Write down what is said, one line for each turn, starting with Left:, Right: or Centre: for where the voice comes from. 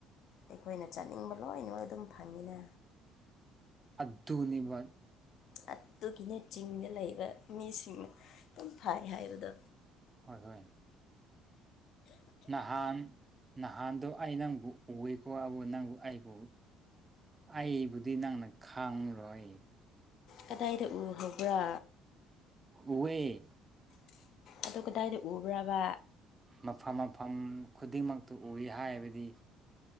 Left: ꯑꯩꯈꯣꯏꯅ ꯆꯥꯅꯤꯡꯕ ꯂꯣꯏꯅꯃꯛ ꯑꯗꯨꯝ ꯐꯪꯉꯤꯅ
Right: ꯑꯗꯨꯅꯤꯕ
Left: ꯑꯗꯨꯒꯤꯅ‌ꯦ ꯆꯤꯡꯗ ꯂꯩꯕ ꯃꯤꯁꯤꯡꯅ ꯑꯗꯨꯝ ꯐꯥꯏ ꯍꯥꯏꯕꯗꯣ
Right: ꯍꯣꯏ ꯍꯣꯏ ꯅꯍꯥꯟ ꯅꯍꯥꯟꯗꯣ ꯑꯩ ꯅꯪꯕꯨ ꯎꯏꯀꯣ ꯑꯗꯨꯕꯨ <unintelligible> ꯅꯪꯕꯨ ꯑꯩꯕꯨ ꯑꯩꯕꯨꯗꯤ ꯅꯪꯅ ꯈꯪꯂꯣꯏꯌ‌ꯦ
Left: ꯀꯗꯥꯏꯗ ꯎꯍꯧꯕ꯭ꯔꯥ
Right: ꯎꯋ‌ꯦ
Left: ꯑꯗꯨ ꯀꯗꯥꯏꯗ ꯎꯕ꯭ꯔꯕꯥ
Right: ꯃꯐꯝ ꯃꯐꯝ ꯈꯨꯗꯤꯡꯃꯛꯇ ꯎꯏ ꯍꯥꯏꯕꯗꯤ